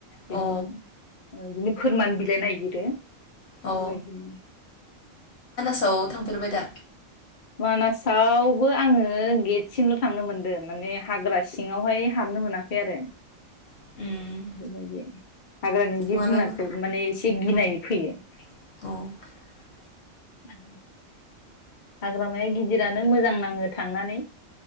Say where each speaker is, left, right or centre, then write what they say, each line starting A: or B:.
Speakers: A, on the left; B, on the left.
A: बिदिनो
B: अ
A: ओ बि फोरमान बिलाइ नागिरो।
B: अ
A: बिबायदिनो
B: सआव थांफेरबाय दा?
A: मानासावबो आङो गेटसिमल' थांनो मोनदों माने हाग्रा सिङावहाय हाबनो मोनाखै आरो
B: उम
A: बेफोरबायदि हाग्रानि जिब
B: मालाबा
A: जुनारखौ माने ए से गिनाय फैयो।
B: <unintelligible>
A: <inaudible> हाग्रामाया गिदिरानो मोजां नाङो थांनानै